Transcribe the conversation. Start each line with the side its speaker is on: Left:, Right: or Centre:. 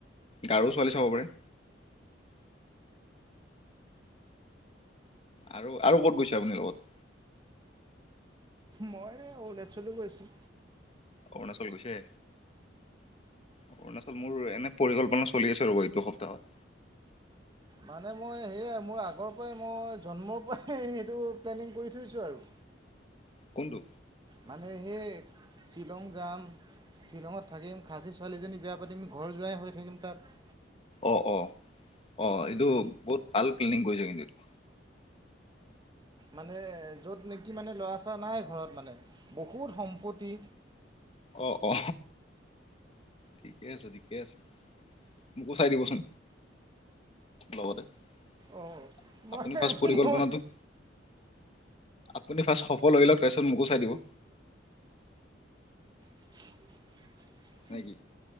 Left: গাৰো ছোৱালী চাব পাৰে। আৰু-আৰু ক'ত গৈছে আপুনি লগত।
Right: মই এ অৰুণাচলে গৈছোঁ।
Left: অৰুণাচল গৈছে। অৰুণাচল মোৰ এনে পৰিকল্পনা চলি আছে ৰব এইটো সপ্তাহত।
Right: মানে মই সেয়াই মোৰ আগৰ পৰাই মই জন্মৰ পৰাই সেইটো প্লেনিং কৰি থৈছোঁ আৰু।
Left: কোনটো।
Right: মানে সেই শ্বিলং যাম। শ্বিলঙত থাকিম খাচী ছোৱালীজনী বিয়া পাতিম ঘৰ যোৱাই হৈ থাকিম তাত।
Left: অ অ অ এইটো বহুত ভাল প্লেনিং কৰিছে কিন্তু এইটো।
Right: মানে য'ত নেকি মানে ল'ৰা ছৰা নাই ঘৰত মানে বহুত সম্পত্তি।
Left: অ অ ঠিকে আছে ঠিকে আছে মোকো চাই দিবচোন। লগতে আপুনি
Right: অ মই
Left: ফাৰ্ষ্ট পৰিকল্পনাটো।
Right: মই
Left: আপুনি ফাৰ্ষ্ট সফল হৈ লওক তাৰপিছত মোকো চাই দিব।
Right: <unintelligible>
Left: না কি।